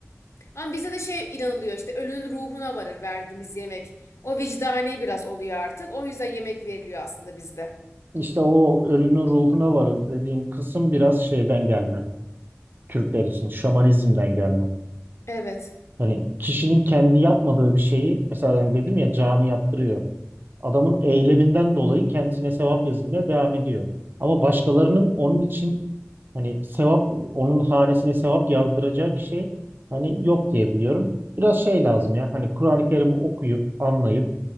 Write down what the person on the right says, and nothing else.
İşte o ölünün ruhuna varın dediğin kısım biraz şeyden gelme. Türkler için şamanizmden gelme.
Hani kişinin kendi yapmadığı bir şeyi mesela hani dedim ya cami yaptırıyor. Adamın eyleminden dolayı kendisine sevap yazılmaya devam ediyor. Ama başkalarının onun için hani sevap onun hanesine sevap yazdıracağı bir şey hani yok diye biliyorum. Biraz şey lazım ya hani Kur'an-ı Kerim'i okuyup anlayıp